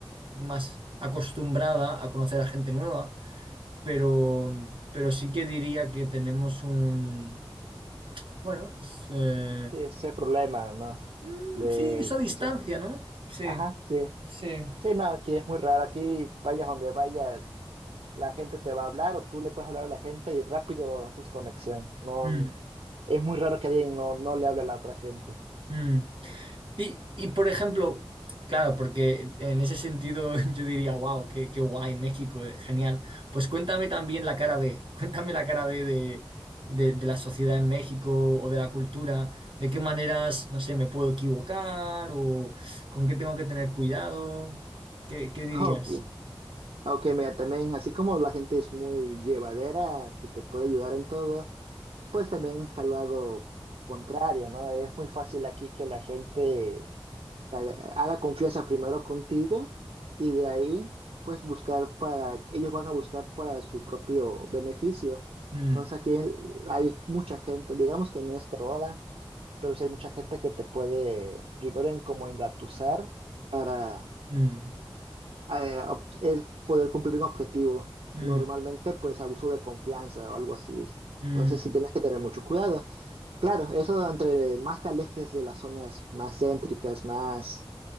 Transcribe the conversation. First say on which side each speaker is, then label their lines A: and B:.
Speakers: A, on the right (about 60°); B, on the right (about 85°).
A: más acostumbrada a conocer a gente nueva pero, pero sí que diría que tenemos un, bueno, pues eh,
B: Sí, ese problema, ¿no?
A: mm,
B: De
A: sí, esa distancia,
B: eso.
A: ¿no? Sí,
B: Ajá, sí.
A: sí.
B: Sí, no, aquí es muy raro. Aquí vayas donde vayas. la gente te va a hablar o tú le puedes hablar a la gente y rápido haces conexión. No,
A: Mm,
B: es muy raro que alguien no, no le hable a la otra gente.
A: mm. Y, y, por ejemplo, claro, porque en ese sentido <laughs> yo diría, wow, qué, qué guay México, eh, genial. Pues cuéntame también la cara B, <laughs> cuéntame la cara B de, de, de la sociedad en México o de la cultura, de qué maneras, no sé, me puedo equivocar o con qué tengo que tener cuidado, ¿qué, qué dirías?
B: Ok, ok, mira, también así como la gente es muy llevadera, que te puede ayudar en todo, pues también está el lado contrario, ¿no? Es muy fácil aquí que la gente te haga haga confianza primero contigo y de ahí pues buscar para, ellos van a buscar para su propio beneficio.
A: Mm,
B: Entonces aquí hay mucha gente, digamos que no es toda, pero sí hay mucha gente que te puede primero en como engatusar para
A: mm,
B: eh, ob- el poder cumplir un objetivo.
A: mm,
B: Normalmente, pues abuso de confianza o algo así.
A: mm,
B: Entonces sí tienes que tener mucho cuidado. Claro, eso entre más te alejes de las zonas más céntricas, más